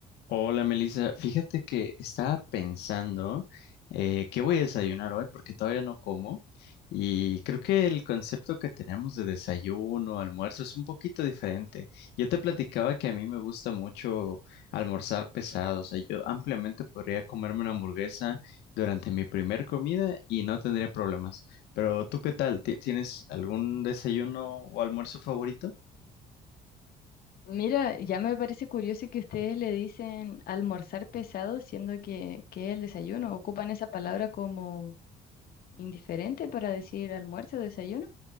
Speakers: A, on the left; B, on the left.
A: Hola Melissa, fíjate que estaba pensando eh, qué voy a desayunar hoy porque todavía no como y creo que el concepto que tenemos de desayuno, almuerzo es un poquito diferente. Yo te platicaba que a mí me gusta mucho almorzar pesado, o sea, yo ampliamente podría comerme una hamburguesa durante mi primer comida y no tendría problemas. Pero ¿tú qué tal? ¿Ti- ¿Tienes algún desayuno o almuerzo favorito?
B: Mira, ya me parece curioso que ustedes le dicen almorzar pesado, siendo que, que es el desayuno. ¿Ocupan esa palabra como indiferente para decir almuerzo o desayuno?